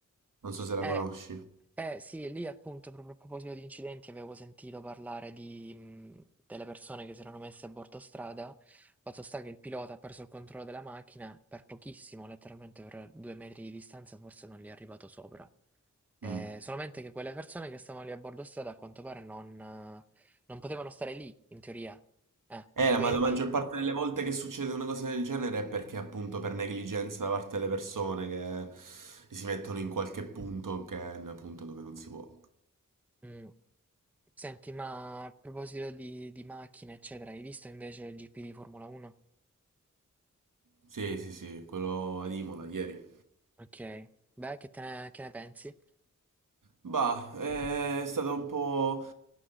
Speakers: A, on the right; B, in the centre.
A: non so se la
B: Eh,
A: conosci.
B: eh, sì, lì appunto proprio a proposito di incidenti avevo sentito parlare di, mh, delle persone che si erano messe a bordo strada. Fatto sta che il pilota ha perso il controllo della macchina per pochissimo, letteralmente per due metri di distanza, forse non gli è arrivato sopra. Eh,
A: Mm.
B: solamente che quelle persone che stavano lì a bordo strada a quanto pare non, eh, non potevano stare lì, in teoria. Eh,
A: Eh, la-
B: quindi,
A: ma la maggior parte delle volte che succede una cosa del genere è perché appunto per negligenza da parte delle persone che si mettono in qualche punto che è un punto dove non si può.
B: mh, senti, ma a proposito di, di macchine, eccetera, hai visto invece il GP di Formula 1?
A: Sì, sì, sì, quello ad Imola ieri.
B: Ok, beh, che te ne, che ne pensi?
A: Bah, è stato un po'...